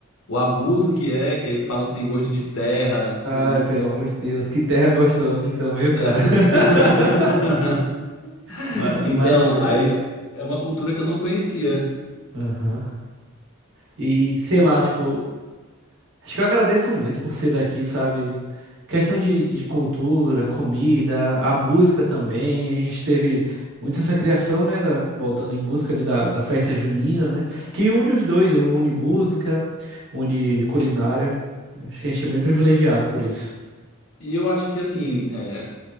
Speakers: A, on the left (about 60°); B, on the right (about 65°).
A: o abuso que é, que falam que tem gosto de terra, né?
B: Ai, pelo amor de Deus, que terra gostosa então, viu, cara?
A: <laughs>
B: <laughs> Ma-
A: Então,
B: Mas é.
A: aí é uma cultura que eu não conhecia.
B: Aham. E sei lá, tipo. Acho que eu agradeço muito por ser daqui, sabe? Questão de, de cultura, comida, a música também. A gente teve muito essa criação, né? da- voltando em música ali da, da festa junina, né? Que une os dois, une música, une culinária. Acho que a gente é bem privilegiado por isso.
A: E eu acho que assim, é,